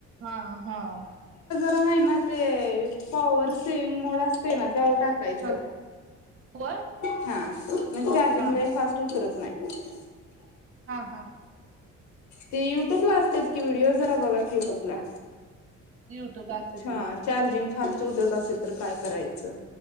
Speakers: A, on the right; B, on the left.
A: हा हा
B: तुम्ही ना ते पॉवर सेविंग मोड असते ना त्या टाकायचं
A: हा व
B: हा म्हणजे चार्जिंग
A: हा हा
B: लय फास्ट होत त नाही <unintelligible>
A: हा हा
B: ती युट्यूब ला असते की व्हिडिओ जरा बघा की युट्यूबला
A: युट्यूब असे
B: हा
A: तुला
B: चार्जिंग फास्ट उतरत असेल तर काय करायचं